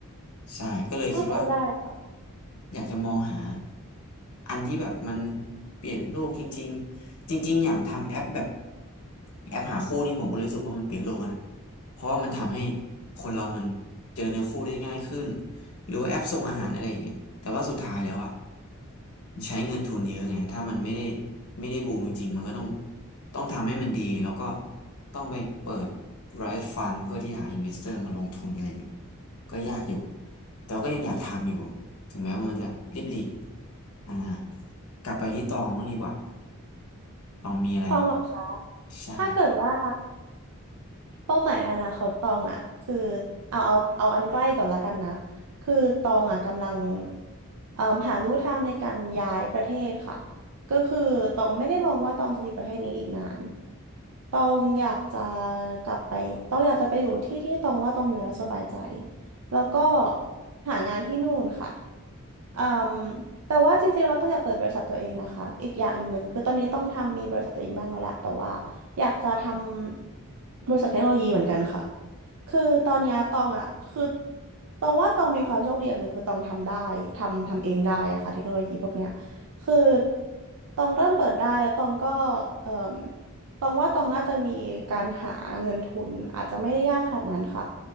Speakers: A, on the left (about 85°); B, on the right (about 80°).
A: ใช่ก็เลยคิดว่า
B: เข้าใจได้ค่ะ
A: อยากจะมองหาอันที่แบบมันเปลี่ยนโลกจริงๆจริงๆอย่างทำแอปแบบแอปหาคู่นี่ผมก็รู้สึกว่ามันเปลี่ยนโลกนะเพราะว่ามันทำให้คนเรามันเจอเนื้อคู่ได้ง่ายขึ้นหรือว่าแอปส่งอาหารอะไรอย่างเงี้ยแต่ว่าสุดท้ายแล้วอะมันใช้เงินทุนเยอะไงถ้ามันไม่ได้ไม่ได้บูมจริงๆมันก็ต้องต้องทำให้มันดีแล้วก็ต้องไปเปิด Riot Fund เพื่อที่หา investor มาลงทุนอะไรเงี้ยก็ยากอยู่แต่ว่าก็ยังอยากทำอยู่ ถึงแม้ว่ามันจะริบหรี่อ่ากลับไปที่ตองบ้างดีกว่าตองมีอะไร
B: ต้องหรอคะ
A: ใช่
B: ถ้าเกิดว่า เป้าหมายอนาคตตองอ่ะคือเอาเอาเอาอันใกล้ก่อนละกันนะคือตองอ่ะกำลังเอ่มหาลู่ทางในการย้ายประเทศค่ะก็คือตองไม่ได้มองว่าตองจะอยู่ประเทศนี้อีกนานตองอยากจะกลับไปตองอยากจะไปอยู่ที่ที่ตองว่าตองอยู่แล้วสบายใจ แล้วก็หางานที่นู่นค่ะอืมแต่ว่าจริงๆเราต้องอยากเปิดบริษัทตัวเองนะคะ อีกอย่างหนึ่งคือตอนนี้ต้องทำมีบริษัทตัวเองบ้างแล้วแหละแต่ว่าอยากจะทำบริษัทเทคโนโลยีเหมือนกันค่ะคือตอนเนี้ยตองอ่ะคือตองว่าตองมีความโชคดีอย่างหนึ่งคือตองทำได้ทำทำเองได้อะค่ะเทคโนโลยีพวกเนี้ยคือตองเริ่มเปิดได้แล้วตองก็เอ่มตองว่าตองน่าจะมีการหาเงินทุนอาจจะไม่ได้ยากขนาดนั้นค่ะ